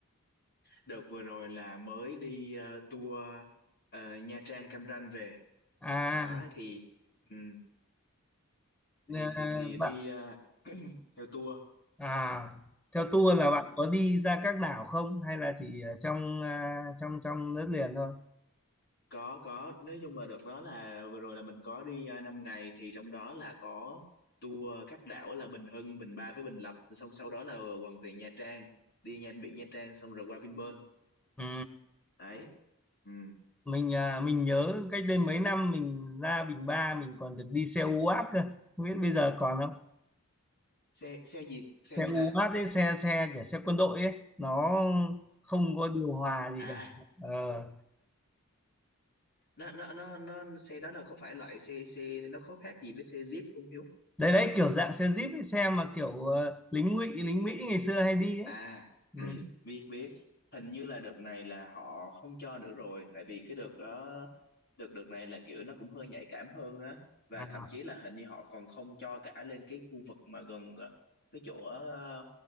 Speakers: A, on the left; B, in the centre.
A: Đợt vừa rồi là mới đi ờ, tour ờ, Nha Trang Cam Ranh về.
B: À,
A: Đó thì ừ, thì
B: à,
A: thì thì đi
B: bạn
A: ờ, <clears throat> theo tour.
B: à theo tour là
A: Ừ.
B: bạn có đi ra các đảo không hay là chỉ ở trong à, trong trong đất liền thôi?
A: Có có nói chung là đợt đó là vừa rồi là mình có đi uh, 5 ngày thì trong đó là có tour các đảo là Bình Hưng, Bình Ba với Bình Lập xong sau đó là quần tiền Nha Trang, đi nha biển Nha Trang xong rồi qua Vinpearl.
B: Ừ.
A: Đấy. Ừ.
B: Mình à, mình nhớ cách đây mấy năm mình ra Bình Ba mình còn được đi xe UAT cơ. Không biết bây giờ còn không?
A: Xe xe gì
B: xe
A: xe gì
B: u
A: ta?
B: hát ấy, xe xe kiểu xe quân đội ấy nó không có điều hòa gì
A: À
B: cả ờ.
A: nó nó nó nó xe đó là có phải loại xe xe nó có khác gì với xe Jeep không Hiếu
B: đấy đấy kiểu dạng xe Jeep ấy, xe mà kiểu ờ, lính ngụy lính Mỹ ngày xưa hay đi ấy
A: à
B: ừ.
A: <clears throat> biết biết hình như là đợt này là họ không cho nữa rồi tại vì cái đợt đó đợt đợt này là kiểu nó cũng hơi nhạy cảm hơn á và
B: à,
A: thậm chí là hình như họ còn không cho cả lên cái khu vực mà gần ờ, cái chỗ ờ,